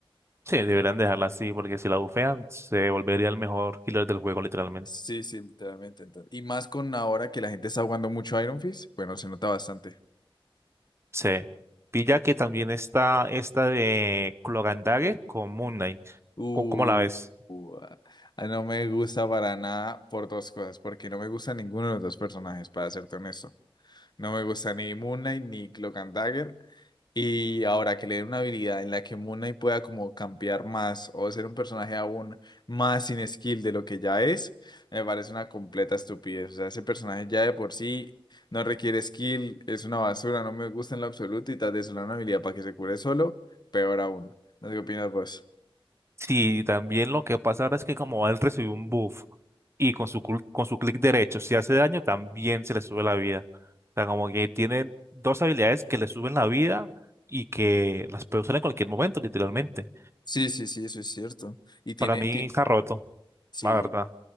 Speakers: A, on the right (about 30°); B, on the left (about 50°).
A: Sí, deberían dejarla así, porque si la bufean, se volvería el mejor killer del juego, literalmente.
B: Sí, sí, literalmente. entonces- Y más con ahora que la gente está jugando mucho Iron Fist, bueno, se nota bastante.
A: Sí. Pilla que también está esta de Cloak and Dagger con Moon Knight.
B: Uh,
A: ¿Cómo, cómo la ves?
B: uh, ah, no me gusta para nada por dos cosas, porque no me gusta ninguno de los dos personajes, para serte honesto. No me gusta ni Moon Knight ni Cloak and Dagger. Y ahora que le den una habilidad en la que Moon Knight pueda como campear más o ser un personaje aún más sin skill de lo que ya es, me parece una completa estupidez. O sea, ese personaje ya de por sí no requiere skill, es una basura, no me gusta en lo absoluto y tal vez le dan una habilidad para que se cure solo, peor aún. No sé qué opinas vos.
A: Sí, también lo que pasa ahora es que como él recibió un buff y con su, cul- con su clic derecho, si hace daño, también se le sube la vida. O sea, como que tiene dos habilidades que le suben la vida y que las puede usar en cualquier momento, literalmente.
B: Sí, sí, sí, eso es cierto. Y tiene,
A: Para mí
B: tie-
A: está roto,
B: sí,
A: la verdad.